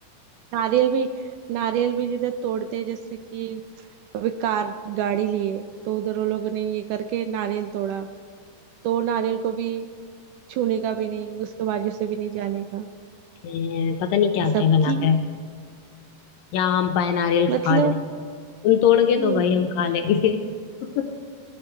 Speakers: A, on the right (about 85°); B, on the left (about 75°).
A: नारियल भी नारियल भी जिधर तोड़ते हैं जैसे कि अभी कार गाड़ी लिए तो उधर वो लोगों ने ये करके नारियल तोड़ा तो नारियल को भी छूने का भी नहीं उसके बाजू से भी नहीं जाने का
B: हम्म, पता नहीं क्या
A: सबकी
B: क्या बना के रख या आम पाए नारियल
A: मतलब
B: खा जाए तुम तोड़ के
A: अच्छी
B: दो भाई
A: है।
B: हम खा लेंगे <laughs>